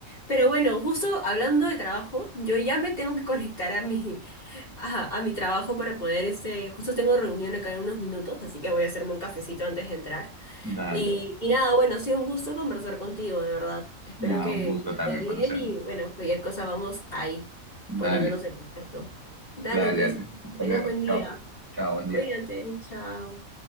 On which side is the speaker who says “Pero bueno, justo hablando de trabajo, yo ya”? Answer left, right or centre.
Left